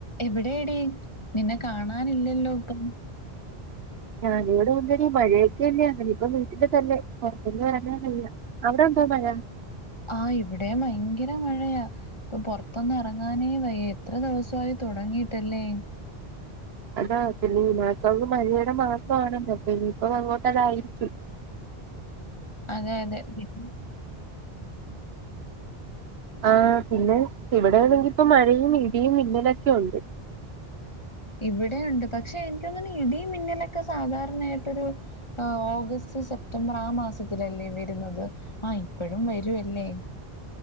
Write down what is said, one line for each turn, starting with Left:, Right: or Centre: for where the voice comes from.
Left: എവിടേ ടീ നിന്നെ കാണാനില്ലല്ലോ ഇപ്പം
Right: ഞാനിവിടെ വന്നേരി മഴയൊക്കെ അല്ലെ അന്നേ ഇപ്പോ വീട്ടിൽ തന്നെ പുറത്തേക്കൊന്നും ഇറങ്ങറില്ല അവിടെയുണ്ടോ മഴ
Left: ആഹ് ഇവിടെ ഭയങ്കര മഴയാ. ഇപ്പൊ പൊറത്തൊന്നു എറങ്ങാനേ വയ്യ. എത്ര ദിവസവായി തൊടങ്ങീട്ടല്ലേ?
Right: അതാ, പിന്നെ ഈ മാസം ത് മഴയുടെ മാസാണല്ലോ? അപ്പൊ ഇനിയിപ്പഴങ്ങോട്ടതായിരിക്കും.
Left: അതെ അതെ പിന്നെ
Right: ആഹ് പിന്നെ ഇവിടെയാണെങ്കി ഇപ്പം മഴയും ഇടിയും മിന്നലൊക്കെ ഇണ്ട്.
Left: ഇവിടെയുണ്ട്. പക്ഷെ എനിക്കോന്നണെ ഇടിയും മിന്നലൊക്കെ സാധാരണയായിട്ടൊരു ഓഗസ്റ്റ് സെപ്റ്റംബർ ആ മാസത്തിലല്ലേ വരുന്നത്. ആയി എപ്പഴും വരുവല്ലേ?